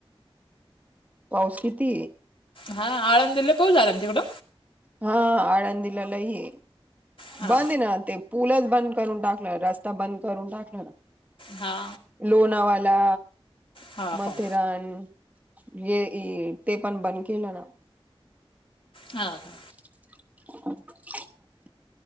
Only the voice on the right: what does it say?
पाऊस किती?
हा आळंदला लय ये
बंद आहे ना ते पूलच बंद करून टाकलं रस्ता बंद करून टाकला ना,
लोणावाला,
मथेरान
ये. अ ते पण बंद केलं ना,
<unintelligible>